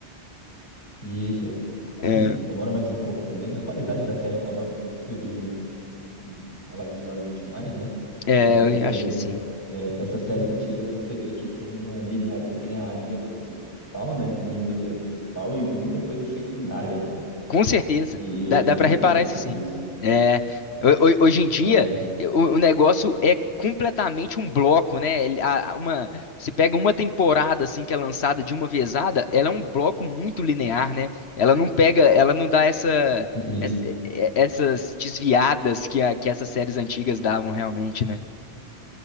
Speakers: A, on the left (about 55°); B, on the left (about 70°).
A: E isso, assim,
B: É,
A: demora mais um pouco também. A qualidade da série acaba subindo um- um- um- relativamente mais, né?
B: é,
A: Até porque, por
B: eu acho
A: exemplo,
B: que sim.
A: é, essas séries antigas você vê que tem uma linear, tem a linha principal, né? do- Linha do tempo principal e muita coisa secundária, né?
B: Com certeza.
A: E hoje
B: Dá, dá
A: em dia
B: para
A: não
B: reparar
A: tem mais
B: isso
A: tanto
B: sim.
A: isso,
B: É, ho- ho- hoje em dia,
A: né? né?
B: o, o negócio é completamente um bloco, né? Ele- a- a- uma, você pega uma temporada assim que é lançada de uma vezada, ela é um bloco muito linear, né? Ela não pega, ela não dá essa,
A: E
B: essa-
A: Isso.
B: é- essas desviadas que, a- que essas séries antigas davam realmente, né?